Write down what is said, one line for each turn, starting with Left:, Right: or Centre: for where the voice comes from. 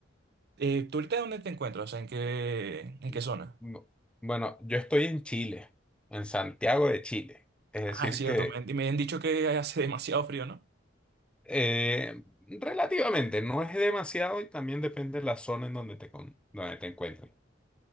Right: Eh, ¿tú ahorita dónde te encuentras? O sea, ¿en qué, en
Centre: Mm,
Right: qué zona?
Centre: No, Bueno, yo estoy en Chile, en Santiago de Chile. Es decir
Right: Ah, cierto,
Centre: que
Right: me, me han dicho que hace demasiado frío, ¿no?
Centre: eh, relativamente no es demasiado y también depende de la zona en donde te, con- donde te encuentres.